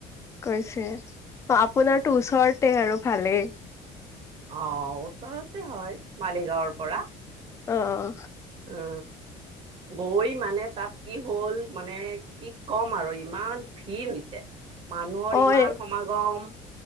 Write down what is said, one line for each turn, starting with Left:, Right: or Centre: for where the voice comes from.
Left: কৈছে অ আপোনাৰ তো ওচৰতে আৰু ভালেই
Right: আহ ওচৰতে হয় মালিগাঁৱৰ পৰা
Left: অ অ
Right: অ গৈ মানে তাত কি হ'ল মানে কি ক'ম আৰু ইমান ভিৰ হৈছে মানুহৰ
Left: অ
Right: ইমান
Left: এ
Right: সমাগম